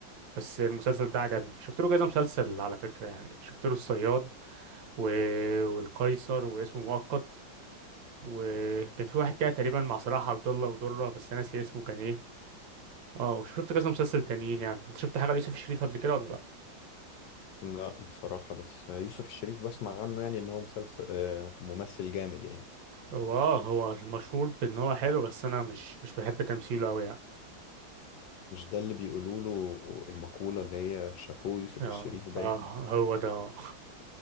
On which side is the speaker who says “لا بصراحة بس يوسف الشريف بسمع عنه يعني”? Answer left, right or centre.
Left